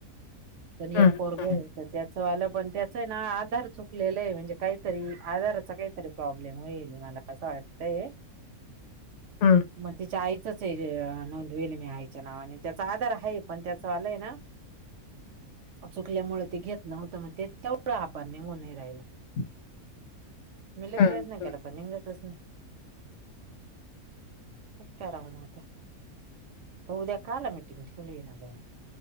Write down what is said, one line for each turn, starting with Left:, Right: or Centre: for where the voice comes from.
Left: <inaudible>
Right: पण एक पोरग
Left: हं,
Right: आहे तर त्याचं वालं पण त्याचं आहे ना आधार चुकलेलं आहे म्हणजे काहीतरी आधाराच काहीतरी प्रॉब्लेम होईल मला असं वाटतय
Left: <inaudible> हं,
Right: मग तिच्या आईचंच आहे नोंदवेल मी आईच्या नावाने त्याचा आधार आहे पण त्या सवालय ना चुकल्यामुळे ते घेत नव्हतं मग तेवढं वापरणे हो नाही राहिला
Left: <inaudible>
Right: मले प्रयत्न
Left: हं.
Right: केला प निसस नाही तेराणार ते उद्या का आला मीटिंग ठेवली ये ना बण